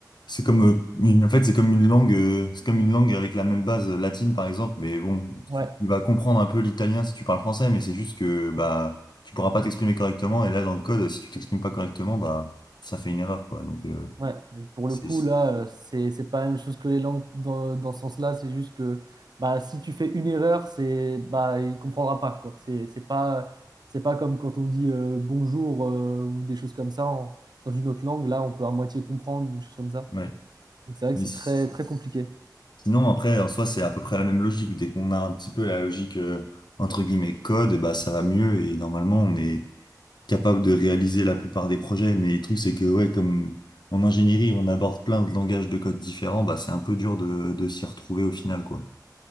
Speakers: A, on the left (about 85°); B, on the right (about 70°).
A: c'est comme euh, une, en fait, c'est comme une langue, euh, c'est comme une langue avec la même base euh, latine, par exemple. Mais bon,
B: Ouais.
A: tu, tu vas comprendre un peu l'italien si tu parles français, mais c'est juste que bah tu pourras pas t'exprimer correctement. Et là, dans le code, si tu t'exprimes pas correctement, bah ça fait une erreur, quoi. Donc euh,
B: Ouais, et pour
A: c'est,
B: le coup, là, euh, c'est c'est pas la même chose que les langues dans, dans ce sens-là. C'est juste que bah, si tu fais une erreur, c'est bah, il comprendra pas, quoi. C'est c'est pas, c'est pas comme quand on dit euh, bonjour euh, ou des choses comme ça en- dans une autre langue. Là, on peut à moitié comprendre ou des choses comme ça.
A: ouais.
B: Donc, c'est vrai que
A: Mais
B: c'est
A: si-
B: très, très compliqué.
A: sinon, après, en soi, c'est à peu près la même logique. Dès qu'on a un petit peu la logique, euh, entre guillemets, code, et bah, ça va mieux. Et normalement, on est capable de réaliser la plupart des projets. Mais le truc, c'est que, ouais, comme en ingénierie, on aborde plein de langages de code différents, bah, c'est un peu dur de, de s'y retrouver au final, quoi.